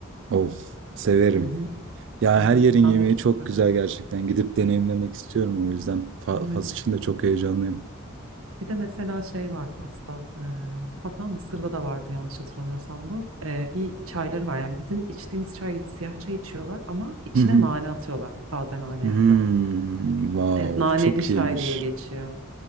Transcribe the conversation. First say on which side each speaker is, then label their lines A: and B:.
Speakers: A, on the right; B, on the right.
A: Of, severim.
B: Hı hı.
A: Ya her
B: Evet
A: yerin
B: ben
A: yemeği
B: de çok
A: çok
B: severim.
A: güzel gerçekten. Gidip deneyimlemek istiyorum o yüzden. Fa-
B: Evet.
A: Fas için de çok heyecanlıyım.
B: Bir de mesela şey var Fas'ta. E, hatta Mısır'da da vardı yanlış hatırlamıyorsam bu. E, bir çayları var yani bizim içtiğimiz çay gibi siyah çay içiyorlar ama içine
A: Hı hı.
B: nane atıyorlar. Taze nane
A: Hmm,
B: yaprağı.
A: wow,
B: Evet, naneli
A: çok
B: çay
A: iyiymiş.
B: diye geçiyor.